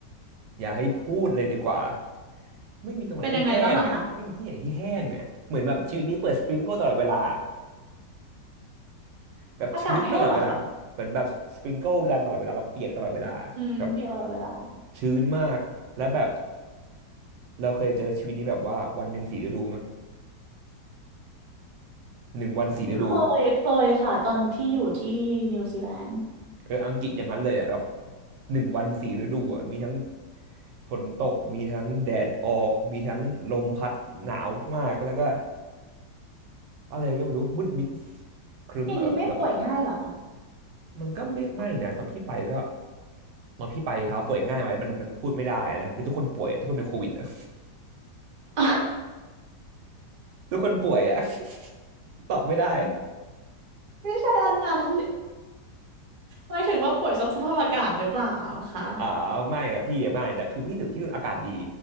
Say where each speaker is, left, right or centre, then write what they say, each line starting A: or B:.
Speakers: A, on the right (about 80°); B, on the right (about 50°).
A: อย่าให้พูดเลยดีกว่าไม่มีตรงไหนที่แห้งอ่ะไม่มีที่ไหนที่แห้งอ่ะเหมือนแบบชีวิตนี้เปิดสปริงเกิลตลอดเวลา
B: ๆเป็นยังไงบ้างเหรอคะ
A: แบบชื้นตลอดเวลาเหมือนแบบสปริงเกิลรันตลอดเวลาเราเปียกตลอดเวลาแบบ
B: อากาศแห้งเหรอคะอืมเบียร์ตลอดเวลา
A: ชื้นมากและแบบเราเคยเจอชีวิตนี้แบบว่าวันหนึ่งสี่ฤดูมั้ยหนึ่งวันสี่ฤดู
B: เคย เคยค่ะ ตอนที่อยู่ที่นิวซีแลนด์
A: เอออังกฤษอย่างนั้นเลยอ่ะแบบหนึ่งวันสี่ฤดูอ่ะมีทั้งฝนตกมีทั้งแดดออกมีทั้งลมพัดหนาวมากๆแล้วก็ อะไรก็ไม่รู้มืดมิดครึ้มอะแบบแบบ
B: อย่างนี้ไม่ป่วยง่ายเหรอคะ
A: มันก็ไม่ไม่นะตอนพี่ไปก็ตอนพี่ไปเขาป่วยง่ายไหมมันมันพูดไม่ได้นะคือทุกคนป่วยอะทุกคนเป็นโควิดอะ
B: <laughs>
A: <laughs> ทุกคนป่วยอะ <laughs> ตอบไม่ได้
B: ไม่ใช่อันนั้นหมายถึงว่าป่วยสภาพอากาศหรือเปล่าคะ
A: อ่าไม่อะพี่อะไม่แต่คือพี่ถึงที่นู่นอากาศดี